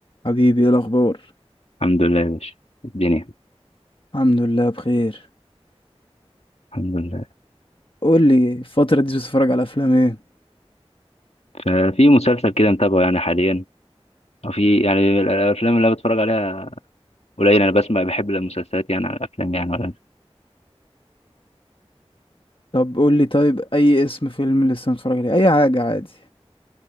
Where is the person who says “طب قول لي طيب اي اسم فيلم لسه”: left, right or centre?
Left